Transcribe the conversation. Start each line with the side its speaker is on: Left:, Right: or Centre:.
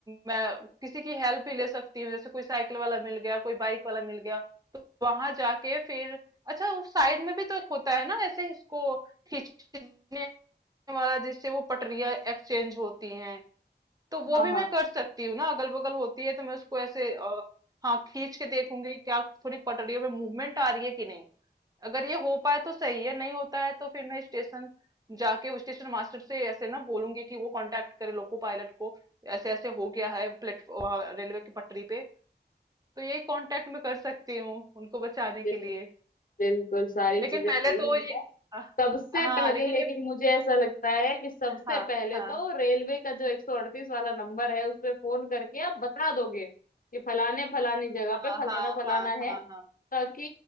Right: मैं किसी की हेल्प भी ले सकती हूँ जैसे कोई साइकिल वाला मिल गया कोई बाइक वाला मिल गया तो वहां जाके फिर अच्छा वो साइड में भी तो एक होता है ना ऐसे इसको खींचने वाला जिससे वो पटरियां एक्सचेंज होती हैं तो
Left: हाँ
Right: वो भी मैं
Left: हाँ
Right: कर सकती हूँ ना अगल बगल होती है तो मैं उसको ऐसे अ, हाँ खींच के देखूंगी क्या थोड़ी पटरियों में मूवमेंट आ रही है कि नहीं अगर ये हो पाए तो सही है नहीं होता है तो फिर मैं स्टेशन जाके स्टेशन मास्टर से ऐसे ना बोलूंगी कि वो कांटेक्ट करे लोको पायलट को ऐसे ऐसे हो गया है प्लेटफॉर्म रेलवे की पटरी पे तो यही कांटेक्ट में कर सकती हूँ उनको बचाने
Left: बिल्कुल
Right: के लिए
Left: बिल्कुल सारी
Right: लेकिन
Left: चीजें
Right: पहले
Left: सही
Right: तो ये
Left: है
Right: अ,
Left: सबसे
Right: हाँ
Left: पहले
Right: लेकिन
Left: लेकिन
Right: ये
Left: मुझे ऐसा लगता है कि सबसे
Right: हाँ
Left: पहले
Right: हाँ
Left: तो रेलवे का जो एक सौ अड़तीस वाला नंबर है उस पे फोन करके आप बता दोगे कि फलाने फलानी जगह
Right: हाँ
Left: पे फलाना
Right: हाँ
Left: फलाना
Right: हाँ हाँ
Left: है
Right: हाँ
Left: ताकि